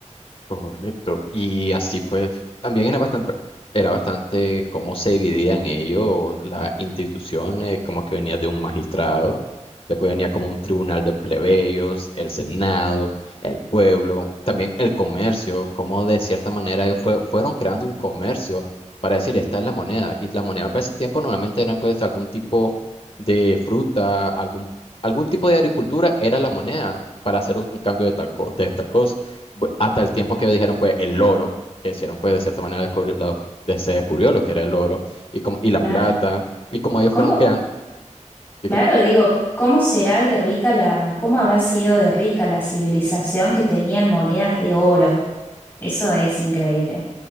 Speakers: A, on the left; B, on the left.
A: Correcto. Y así pues, también era bastante, era bastante cómo se dividían ellos las instituciones, como que venía de un magistrado, después venía como un tribunal de plebeyos, el senado, el pueblo, también el comercio, como de cierta manera ellos fue- fueron creando un comercio para decir, esta es la moneda. Y la moneda para ese tiempo normalmente eran pues algún tipo de fruta, algún, algún tipo de agricultura era la moneda para hacer un un cambio de tal, co- de tal cosa bu- hasta el tiempo que ellos dijeron, pues, el oro, que hicieron, pues, de cierta manera descubrir, lo que- de- se descubrió lo que era el oro y, como, y la
B: Claro.
A: plata, y como ellos
B: ¿Cómo?
A: fueron creando, disculpa.
B: Claro, digo, ¿cómo será de rica la, cómo habrá sido de rica la civilización que tenían monedas de oro? Eso es increíble.